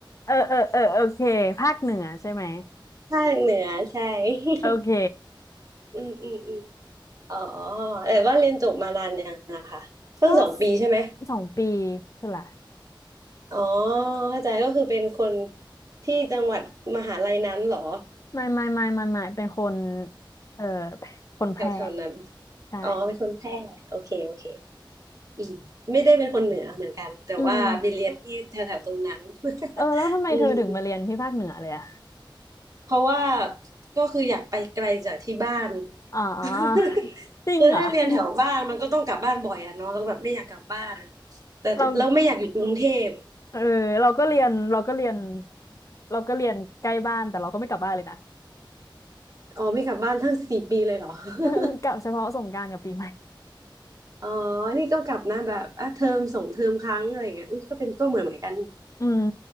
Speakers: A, on the left; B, on the right.
A: เออเออเออโอเคภาคเหนือใช่ไหม
B: ภาคเหนือใช่ <laughs>
A: โอเค
B: อืมอืมอืมอ๋อแต่ว่าเรียนจบมานานยังอะค่ะเพิ่งสองปีใช่ไหม
A: ก็สองปีเท่าไหร่
B: อ๋อเข้าใจก็คือเป็นคนที่จังหวัดมหาลัยนั้นเหรอ
A: ไม่ไม่ไม่ไม่ไม่เป็นคนเออคนแพร่
B: แถวแถวนั้น
A: ใช่
B: อ๋อเป็นคนแพร่โอเคโอเคอืมไม่ได้เป็นคนเหนือเหมือนกันแต่ว่าไปเรียนที่แถวแถวตรงนั้น
A: อืมเออแล้วทำไมเธอถึงมาเรียนที่ภาคเหนือเลยอะ
B: <laughs> อืมเพราะว่าก็คืออยากไปไกลจากที่บ้าน
A: อ๋อ <laughs>
B: <laughs>
A: จริงเหรอ
B: คือถ้าเรียนแถวบ้านมันก็ต้องกลับบ้านบ่อยอะเนาะแล้วแบบไม่อยากกลับบ้าน
A: <laughs>
B: แต่เราไม่อยากอยู่กรุงเทพ
A: เรา เออเราก็เรียนเราก็เรียนเราก็เรียนใกล้บ้านแต่เราก็ไม่กลับบ้านเลยนะ
B: อ๋อไม่กลับบ้านทั้งสี่ปีเลยเหรอ <laughs>
A: <laughs> กลับเฉพาะสงกรานต์กับปีใหม่
B: อ๋อนี่ก็กลับนะแบบอ่ะเทอมส่งเทอมครั้งอะไรเงี้ยอุ้ยก็เป็นก็เหมือนเหมือนกันนี่
A: อืม